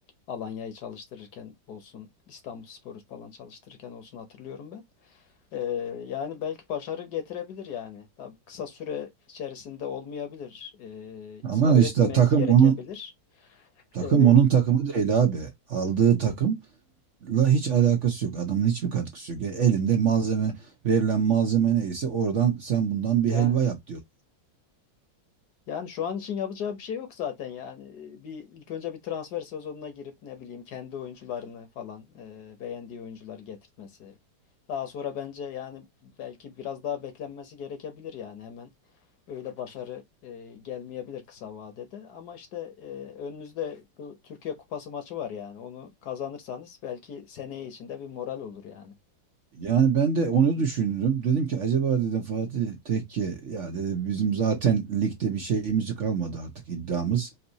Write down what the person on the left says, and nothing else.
Alanya'yı çalıştırırken olsun, İstanbulspor'u falan çalıştırırken olsun hatırlıyorum ben. Ee, yani belki başarı getirebilir yani. Tabii kısa süre içerisinde olmayabilir. Ee,
sabretmeniz
gerekebilir.
Ee,
yani.
Yani şu an için yapacağı bir şey yok zaten yani. Bir ilk önce bir transfer sezonuna girip ne bileyim kendi oyuncularını falan e, beğendiği oyuncular getirtmesi. Daha sonra bence yani belki biraz daha beklenmesi gerekebilir yani hemen öyle başarı e, gelmeyebilir kısa vadede. Ama işte e, önünüzde bu Türkiye Kupası maçı var yani onu kazanırsanız belki seneye içinde bir moral olur yani.